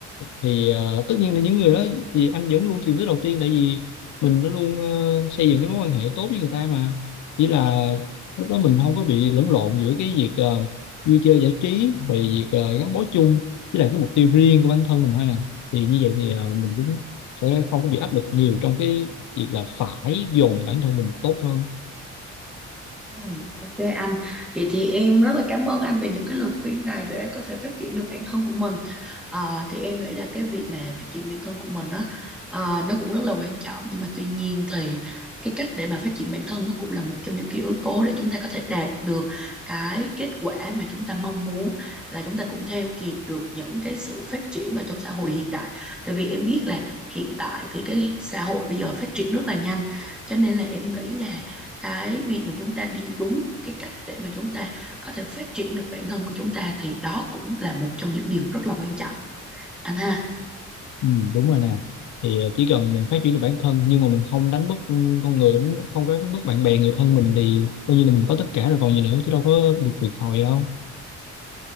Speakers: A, on the left; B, in the centre.
A: thì ờ, tất nhiên là những người đó thì anh vẫn luôn tìm tới đầu tiên tại vì mình đã luôn ờ, xây dựng cái mối quan hệ tốt với người ta mà chỉ là lúc đó mình không có bị lẫn lộn giữa cái việc ờ, vui chơi giải trí rồi việc ờ, gắn bó chung với lại cái mục tiêu riêng của bản thân mình thôi nè thì như vậy thì ờ, mình cũng sẽ không có bị áp lực nhiều trong cái việc là phải dồn bản thân mình tốt hơn
B: Ừ, ok anh. Vậy thì em rất là cảm ơn anh về những cái lời khuyên này để em có thể phát triển được bản thân của mình. À, thì em nghĩ là cái việc mà phát triển bản thân của mình á à, nó cũng rất là quan trọng nhưng mà tuy nhiên thì cái cách để mà phát triển bản thân nó cũng là một trong những cái yếu tố để chúng ta có thể đạt được cái kết quả mà chúng ta mong muốn là chúng ta cũng theo kịp được những cái sự phát triển ở trong xã hội hiện đại. Tại vì em biết là hiện tại thì cái xã hội bây giờ phát triển rất là nhanh cho nên là em nghĩ là cái việc mà chúng ta đi đúng cái cách để mà chúng ta có thể phát triển được bản thân của chúng ta thì đó cũng là một trong những điều rất là quan trọng anh ha
A: ừ, đúng rồi nè thì ờ, chỉ cần mình phát triển được bản thân nhưng mà mình không đánh mất ừ, con người đánh mất- không có đánh mất bạn bè người thân mình thì coi như là mình có tất cả rồi còn gì nữa chứ đâu có việc thiệt thòi đâu